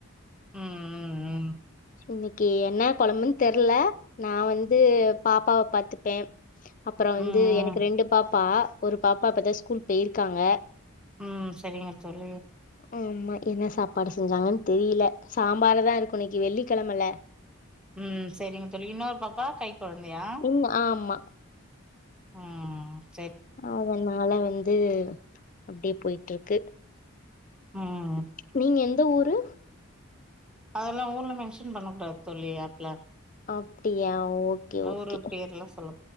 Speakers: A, in the centre; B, on the left (about 40°).
A: ம் ம் ம்
B: இன்னைக்கி என்ன கொழம்புன்னு தெர்ல நான் வந்து பாப்பாவ பாத்துப்பேன் அப்பறம் வந்து
A: ம் ம்
B: எனக்கு ரெண்டு பாப்பா ஒரு பாப்பா இப்பத்தான் ஸ்கூல் போய்ருக்காங்க
A: ம் ம் சரிங்க தோழி
B: ஆமா என்ன சாப்பாடு செஞ்சாங்கன்னு தெரில சாம்பார் தான் இருக்கும் இன்னைக்கி வெள்ளி கெழமல
A: ம் செரிங்க தோழி இன்னொரு பாப்பா கை கொழந்தையா
B: ம் ஆமா
A: ம் ம்
B: அதனால வந் து அப்டியே போய்ட்டுருக்கு
A: ம்
B: நீங்க எந்த ஊரு
A: அதல்லா ஊர்லா மென்ஷன் பண்ண கூடாது தோழி யார்ட்லா
B: அப்டியா ஓகே ஓகே
A: ஊரு பேர்ல சொல்ல